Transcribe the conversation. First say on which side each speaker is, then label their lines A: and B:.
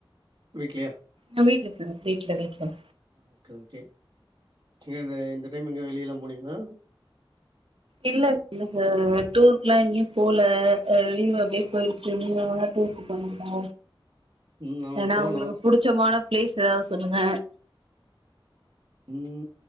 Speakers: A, on the right; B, on the right.
A: வீட்லியா
B: நா வீட்ல சார் வீட்ல வீட்ல
A: ஆ, ஓகே ஓகே நீங்க இந்த டைம் எங்கயாது வெளிய எல்லா போனீங்ளா
B: இல்ல இல்ல சுர் டூருக்லா எங்கியு போல அ லீவ் அப்டியே
A: ஆ
B: போயிருச்சு <unintelligible> டூருக்கு போனீங்களா
A: ம் நாங்க
B: ஏனா
A: போனோ
B: உங்ளுக்கு புடிச்சமான ப்ளீஸ் எதாவது சொல்லுங்க
A: உம்